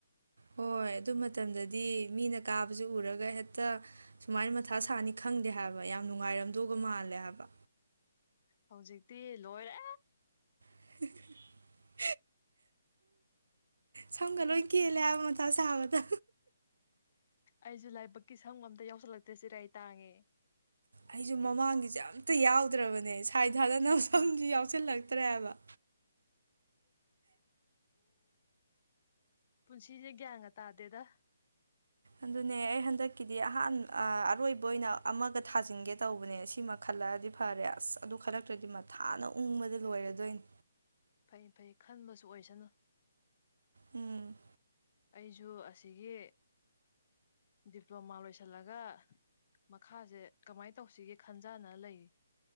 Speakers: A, on the right; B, on the left.
A: ꯍꯣꯏ ꯑꯗꯨ ꯃꯇꯝꯗꯗꯤ ꯃꯤꯅ ꯀꯥꯕꯁ ꯎꯔꯒ ꯍꯦꯛꯇ ꯁꯨꯃꯥꯏꯅ ꯃꯊꯥ ꯁꯥꯅꯤ ꯈꯪ ꯈꯪꯗꯦ ꯍꯥꯏꯕ ꯌꯥꯝ ꯅꯨꯡꯉꯥꯏꯔꯝꯗꯧꯕ ꯃꯥꯜꯂꯦ ꯍꯥꯏꯕ
B: ꯍꯧꯖꯤꯛꯇꯤ ꯂꯣꯏꯔꯦ
A: <unintelligible> ꯁꯝꯒ ꯂꯣꯏ ꯀꯦꯜꯂꯦ ꯍꯥꯏꯕ ꯃꯊꯥ ꯁꯥꯕꯗ
B: ꯑꯩꯁꯨ ꯂꯥꯏꯕꯛꯀꯤ ꯁꯝꯒ ꯑꯝꯇ ꯌꯥꯎꯁꯜꯂꯛꯇ꯭ꯔꯦ ꯆꯤꯔꯥꯏ ꯇꯥꯡꯉꯦ
A: ꯑꯩꯁꯨ ꯃꯃꯥꯡꯒꯤꯁꯦ ꯑꯝꯇ ꯌꯥꯎꯗ꯭ꯔꯕꯅꯦ ꯁꯥꯏ ꯊꯥꯗꯅꯕ ꯁꯝꯁꯨ ꯌꯥꯎꯁꯤꯜꯂꯛꯇ꯭ꯔꯦꯕ
B: ꯄꯨꯟꯁꯤꯁꯦ ꯒ꯭ꯌꯥꯟꯒ ꯇꯥꯗꯦꯗ
A: ꯑꯗꯨꯅꯦ ꯑꯩ ꯍꯟꯗꯛꯀꯤꯗꯤ ꯑꯍꯥꯟ ꯑꯔꯣꯏꯕ ꯑꯣꯏꯅ ꯑꯃꯒ ꯊꯥꯖꯤꯟꯒꯦ ꯇꯧꯕꯅꯦ ꯁꯤꯃꯈꯜ ꯂꯛꯑꯗꯤ ꯐꯔꯦ ꯑꯁ ꯑꯗꯨ ꯈꯜꯂꯛꯇ꯭ꯔꯗꯤ ꯃꯊꯥꯅ ꯎꯪꯕꯗ ꯂꯣꯏꯔꯗꯣꯏꯅꯤ
B: ꯐꯩ ꯐꯩ ꯈꯟꯕꯁꯨ ꯑꯣꯏꯁꯅꯨ
A: ꯎꯝ
B: ꯑꯩꯁꯨ ꯑꯁꯤꯒꯤ ꯗꯤꯄ꯭ꯂꯣꯃꯥ ꯂꯣꯏꯁꯤꯜꯂꯒ ꯃꯈꯥꯁꯦ ꯀꯃꯥꯏ ꯇꯧꯁꯤꯒꯦ ꯈꯟꯖꯥꯟꯅ ꯂꯩꯔꯤ